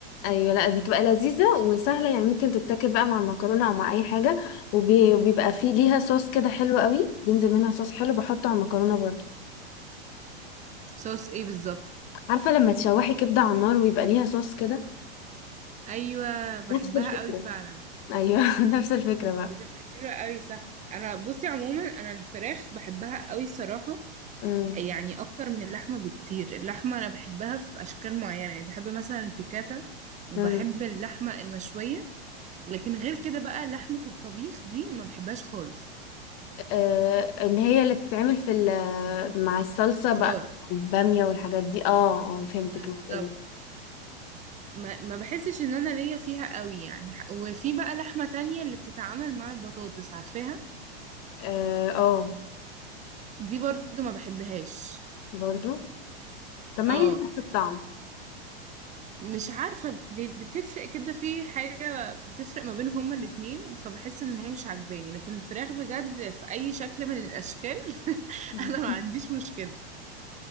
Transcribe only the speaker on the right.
صوص إيه بالظبط؟
أيوة بحبها
قوي فعلا
بتبقى حلوة قوي صح انا بصي عموما انا الفراخ بحبها قوي صراحة
يعني اكتر من اللحمه بكتير اللحمه انا بحبها في اشكال معينه يعني بحب مثلا البيكاتا وبحب
اللحمه المشويه لكن غير كده بقى لحمه الطبيخ دي ما بحبهاش خالص
خضار
بالظبط
ما, ما بحسش ان انا ليا فيها قوي يعني وفي بقى لحمه تانية اللي بتتعامل مع البطاطس عارفاها
دي برضو ما بحبهاش
اه
مش عارفة بي- بتفرق كده في حاجة بتفرق ما بينهم هما الاتنين فبحس ان هي مش عجباني لكن الفراخ بجد في اي شكل من الاشكال <laughs>
انا ما عنديش مشكلة